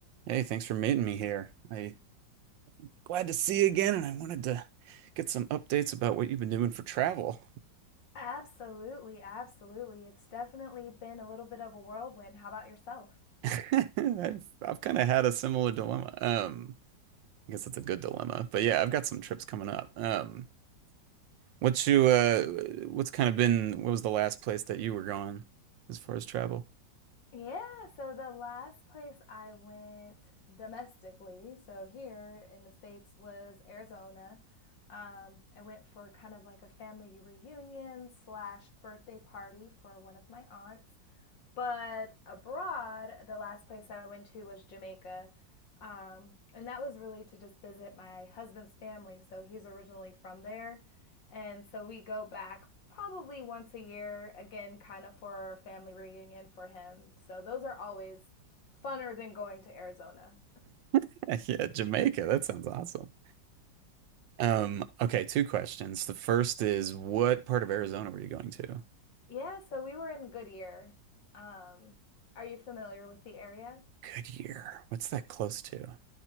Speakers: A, on the right (about 85°); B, on the left (about 80°).
A: Hey, thanks for meeting me here. I glad to see you again, and I wanted to get some updates about what you've been doing for travel.
B: Absolutely, absolutely. It's definitely been a little bit of a whirlwind. How about yourself?
A: <laughs> I've I've kind of had a similar dilemma. Um, I guess it's a good dilemma, but yeah, I've got some trips coming up. Um, what you uh, what's kind of been what was the last place that you were going as far as travel?
B: Yeah, so the last place I went domestically, so here in the States, was Arizona. Um, I went for kind of like a family reunion slash birthday party for one of my aunts. But abroad, the last place I went to was Jamaica. Um, and that was really to just visit my husband's family. So he's originally from there. And so we go back probably once a year, again, kind of for a family reunion for him. So those are always funner than going to Arizona.
A: <laughs> Yeah, Jamaica. That sounds awesome. Um, okay, two questions. The first is what part of Arizona were you going to?
B: <laughs> yeah, so we were in Goodyear. Um, are you familiar with the area?
A: Goodyear. What's that close to?